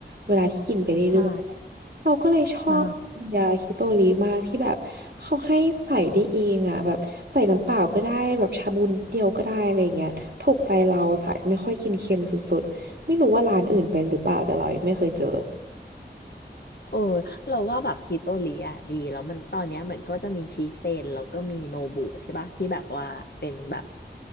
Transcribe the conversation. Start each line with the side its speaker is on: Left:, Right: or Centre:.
Right: เวลาที่กินไปเรื่อยๆเราก็เลยชอบยาฮิโตริมากที่แบบเขาให้ใส่ได้เองอ่ะแบบใส่น้ำเปล่าก็ได้แบบชาบูนิดเดียวก็ได้อะไรอย่างเงี้ย
Left: ใช่ใช่
Right: ถูกใจเราสายไม่ค่อยกินเค็มสุดๆไม่รู้ว่าร้านอื่นเป็นหรือเปล่าแต่เรายังไม่เคยเจอ
Left: เออเราว่าแบบฮิโตริอ่ะดีแล้วมันตอนเนี้ยเหมือนก็จะมีชิเซนแล้วก็มีโนบุใช่ปะที่แบบว่าเป็นแบบ